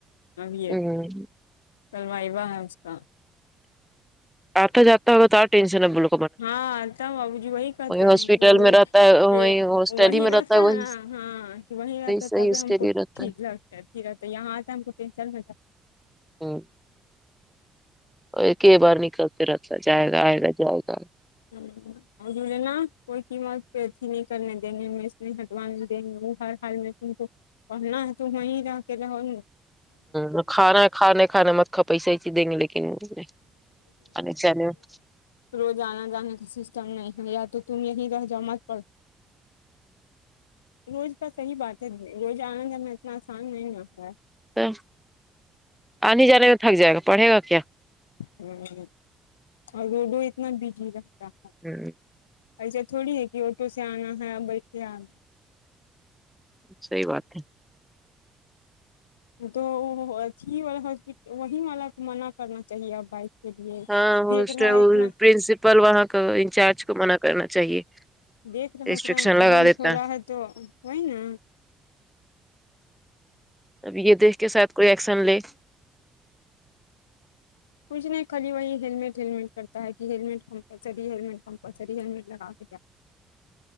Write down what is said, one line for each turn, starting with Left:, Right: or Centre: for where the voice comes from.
Left: اب یہ
Centre: ہوں
Left: کل وائوہ ہے اس کا
Centre: آتا جاتا ہو تو آپ ٹینشن نکولو
Left: ہاں تب بو جی وہی کہتے
Centre: ہاسپٹل
Left: ہیں کہ
Centre: میں رہتا ہے وہی ہاسٹل
Left: وہی
Centre: ہی میں رہتا
Left: تا
Centre: وہی
Left: ہے ہاں کہ وہی رہتا
Centre: صحیح
Left: تب
Centre: اس
Left: ہی ہم
Centre: کے
Left: کو
Centre: لیے رہتا
Left: ٹھیک
Centre: ہے
Left: لگتا رہتا ہے کہ یہاں آتا ہے ہمکو ٹینشن ہو جات
Centre: ہاں اور کئی بار نکلتے رہتا جائے گا آئے گا جائے گا
Left: ہوں اور جڑے نا کوئی قیمت پہ اچھی نہیں کرنے دیں گے مز نہیں ہٹوانے دیں رہی وہ ہر حال میں انکو اور نا تو وہیں جاکے رہو گی
Centre: ہ کھانا کھانا کھانا مت کھا پیسہ ہی دیں گے لیکن <unintelligible>
Left: روزانہ سسٹم نہیں ہے یا تو تم یہی رہ جاو مت پر روز کا صحیح بات ہے روز آنا جانا میں اتنا آسان نہیں ہوتا ہے
Centre: تو آنے جانے میں تھک جائے گا پڑھے گا کیا
Left: ہ اور روڈو اتنا بجی رہتا ہے
Centre: جی
Left: ایسے تھوڑی ہے کہ آٹو سے آنا ہے یا بیٹھ کے آنا
Centre: صحیح بات ہے
Left: تو اھی والا ہسپٹ وہی والا منع کرنا چاہیے اب بائک کے لیے
Centre: ہاں ہوسٹل
Left: دیکھ رہا ہے اتنا
Centre: پرنسپل وہاں کا انچارج کو منع کرنا چاہیے
Left: دیکھ رہے
Centre: ریسٹرکشن
Left: تھے ایکسیڈینٹ
Centre: لگا دیتا
Left: ہو رہا ہے تو وہی نا
Centre: ابھی یہ دیکھ کے شاید کوئی ایکشن لے
Left: کچھ نہیں خالی وہی ہیللمٹ ہیللمٹ کرتا ہے کہ ہیٹ کمپلسری ہیللمٹ کمپلسری ہیللمیٹ لگا کے کیا